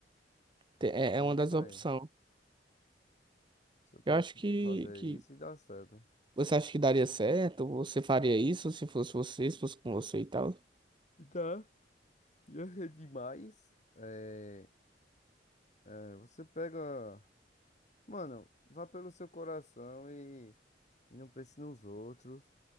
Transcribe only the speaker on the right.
Te- É,
é uma das
opções.
Eu acho que,
que
você acha que daria certo? Você faria isso se fosse você, se fosse com você e tal?